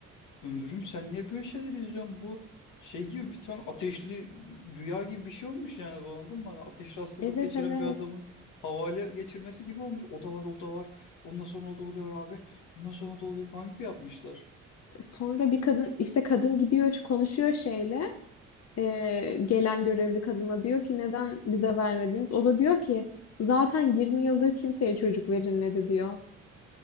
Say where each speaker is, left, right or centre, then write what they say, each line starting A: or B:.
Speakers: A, on the left; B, on the left.
A: Ömrüm sen niye böyle şeyler izliyorsun? Bu şey gibi bir tane ateşli rüya gibi bir şey olmuş yani bu anladın mı? Hani ateşli hastalık
B: Evet
A: geçiren
B: evet.
A: bir adamın havale geçirmesi gibi olmuş. O da var o da var. Ondan sonra o da oluyor abi. Ondan sonra o da oluyor falan gibi yapmışlar.
B: Sonra bir kadın işte kadın gidiyor konuşuyor şeyle eee, gelen görevli kadına diyor ki neden bize vermediniz? O da diyor ki zaten 20 yıldır kimseye çocuk verilmedi diyor.